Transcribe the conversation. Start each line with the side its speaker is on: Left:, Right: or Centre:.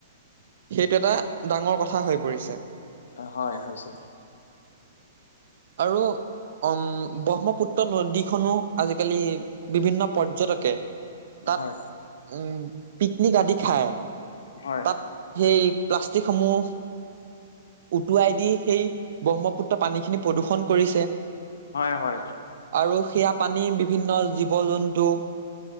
Right: সেইটো এটা ডাঙৰ কথা হৈ পৰিছে।
Left: অ' হয় হৈছে।
Right: আৰু উম, ব্ৰহ্মপুত্ৰ নদীখনো আজিকালি বিভিন্ন পৰ্যটকে তাত
Left: হয়
Right: উম, পিকনিক আদি খায়
Left: হয়
Right: তাত সেই প্লাষ্টিকসমূহ। উটুৱাই দি সেই ব্ৰহ্মপুত্ৰ পানীখিনি প্ৰদূষণ কৰিছে।
Left: হয়-হয়।
Right: আৰু সেয়া পানী বিভিন্ন জীৱ-জন্তু।